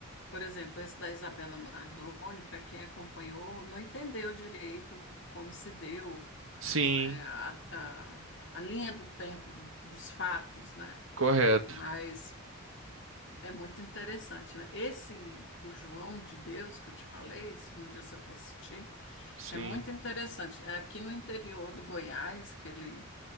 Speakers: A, on the left; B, on the right.
A: por exemplo, esse da Isabela Nardoni, para quem acompanhou, não entendeu direito como se deu,
B: sim.
A: né, a, a, a linha do tempo dos fatos, né?
B: Correto.
A: Mas é muito interessante, né? Esse do João de Deus que eu te falei, se um dia você for assistir,
B: Sim.
A: é muito interessante. É aqui no interior do Goiás que ele